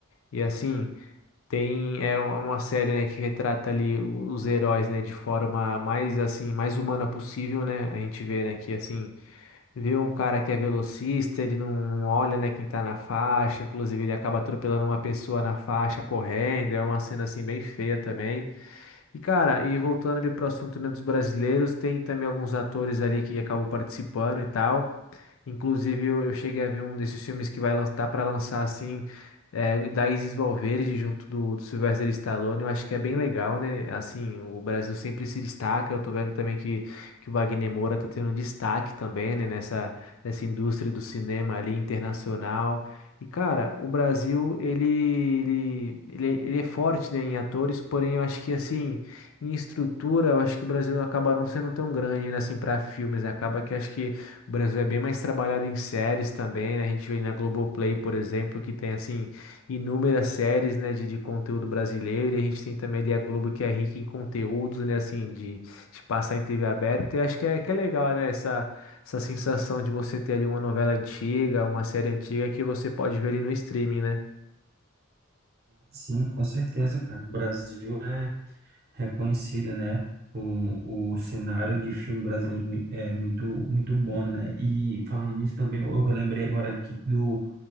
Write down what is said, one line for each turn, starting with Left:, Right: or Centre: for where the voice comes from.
Left: E assim, tem é uma série, né, que retrata ali os heróis, né, de forma mais assim, mais humana possível, né? A gente vê, né, que assim, vê um cara que é velocista, ele não, não olha, né, quem tá na faixa, inclusive ele acaba atropelando uma pessoa na faixa correndo, é uma cena assim bem feia também. E cara, e voltando ali pro assunto, né, dos brasileiros, tem também alguns atores ali que acabam participando e tal. Inclusive, eu, eu cheguei a ver um desses filmes que vai lançar para lançar assim, é, da Isis Valverde junto do, do Sylvester Stallone. Eu acho que é bem legal, né? Assim, o Brasil sempre se destaca. Eu tô vendo também que, que o Wagner Moura tá tendo destaque também, né? Nessa, nessa indústria do cinema ali internacional. E, cara, o Brasil, ele, ele, ele, ele é forte, né, em atores, porém eu acho que, assim, em estrutura, eu acho que o Brasil acaba não sendo tão grande, né, assim, para filmes. Acaba que acho que o Brasil é bem mais trabalhado em séries também, né? A gente vê na Globoplay, por exemplo, que tem assim inúmeras séries, né, de, de conteúdo brasileiro, e a gente tem também ali a Globo que é rica em conteúdos, né, assim, de, de passar em TV aberta. E acho que é, que é legal, né, essa, essa sensação de você ter ali uma novela antiga, uma série antiga que você pode ver ali no streaming, né?
Right: Sim, com certeza, cara. O Brasil é reconhecido, né? Por, um, o cenário de filme brasileiro mui- é muito, muito bom, né? E falando nisso também, eu relembrei agora aqui do,